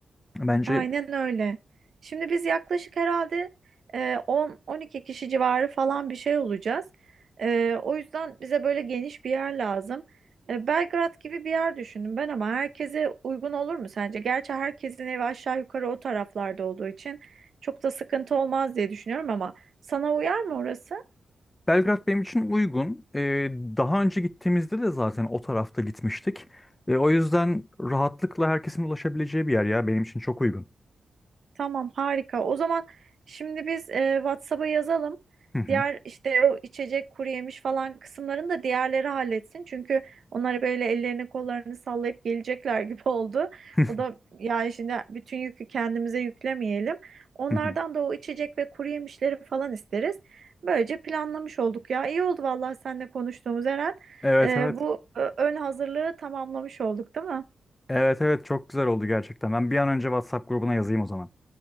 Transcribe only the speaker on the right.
Aynen öyle. Şimdi biz yaklaşık herhalde e, 10-12 kişi civarı falan bir şey olacağız. E, o yüzden bize böyle geniş bir yer lazım. E, Belgrad gibi bir yer düşündüm ben ama herkese uygun olur mu sence? Gerçi herkesin evi aşağı yukarı o taraflarda olduğu için çok da sıkıntı olmaz diye düşünüyorum ama sana uyar mı orası?
Tamam harika. O zaman şimdi biz e, WhatsApp'a yazalım.
Diğer işte o içecek kuru yemiş falan kısımlarını da diğerleri halletsin. Çünkü onlar böyle ellerini kollarını sallayıp gelecekler gibi <laughs> oldu.
O da yani şimdi bütün yükü kendimize yüklemeyelim. Onlardan
da o içecek ve kuru yemişleri falan isteriz. Böylece planlamış olduk ya. İyi oldu vallahi seninle konuştuğumuz Eren.
E,
bu e, ön hazırlığı tamamlamış olduk, değil mi?